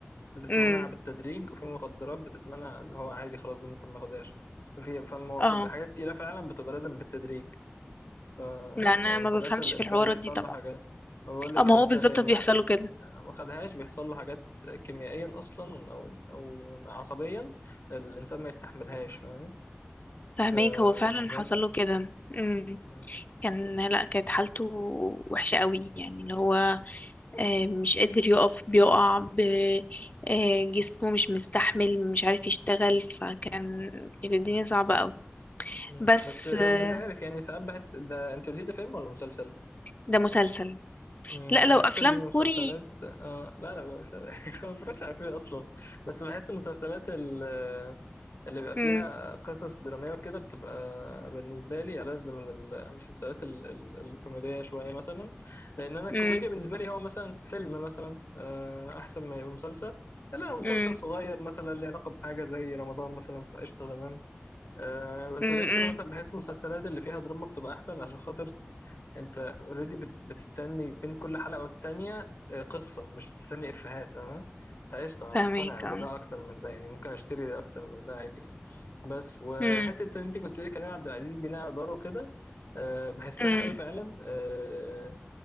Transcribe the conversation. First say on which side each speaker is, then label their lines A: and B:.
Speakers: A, on the left (about 75°); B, on the left (about 40°).
A: بتتمنع
B: امم
A: بالتدريج وفي مخدرات بتتمنع اللي هو عادي خلاص ده ممكن ما ياخدهاش ففي فما واخد-
B: اه
A: حاجات تقيلة فعلا بتبقى لازم بالتدريج فلو
B: لا انا ما
A: ما
B: بفهمش
A: خدهاش الإنسان
B: في الحوارات
A: بيحصل
B: دي طبعا
A: له حاجات بقول لك
B: اه ما
A: الإنسان
B: هو بالظبط بيحصل
A: يعني
B: له كده
A: ما خدهاش بيحصل له حاجات كيميائيا أصلا أو أو عصبيا الإنسان ما يستحملهاش فاهم
B: فهماك
A: فبس
B: هو فعلا حصل له كده امم
A: م-
B: كان لا كانت حالته وحشه قوي يعني اللي هو آه، مش قادر يقف بيقع ب- آه، جسمه مش مستحمل مش عارف يشتغل فكان
A: م-
B: كانت الدنيا صعبة قوي
A: م.
B: بس
A: بس مش
B: آه،
A: عارف يعني ساعات بحس ده أنت قلتي ده فيلم ولا مسلسل؟
B: ده مسلسل
A: مم،
B: لا
A: بحس
B: لو افلام
A: المسلسلات
B: كوري
A: آه لا لا مش <laughs> لا ما بتفرجش على كوري اصلا بس بحس المسلسلات ال- اللي بيبقى فيها
B: امم
A: قصص دراميه وكده بتبقى بالنسبه لي ألذ من المسلسلات ال- ال- الكوميديه شويه مثلا لان انا الكوميديا
B: امم
A: بالنسبه لي هو مثلا فيلم مثلا آه احسن ما يبقى مسلسل الا لو مسلسل
B: امم
A: صغير مثلا ليه علاقه بحاجه زي رمضان مثلا فقشطه تمام آه بس
B: امم
A: غير كده مثلا بحس المسلسلات اللي فيها دراما بتبقى احسن عشان خاطر انت اوريدي بتستني بين كل حلقة والتانية آه، قصة مش بتستني افيهات تمام فقشطة انا
B: فاهمك
A: مقتنع بده
B: اه
A: اكتر من ده يعني ممكن اشتري ده اكتر من ده عادي يعني بس وحتة
B: امم
A: ان انت كنت بتقولي كريم عبد العزيز بناء اداره كده آه، بحسها
B: امم
A: قوي فعلا آه،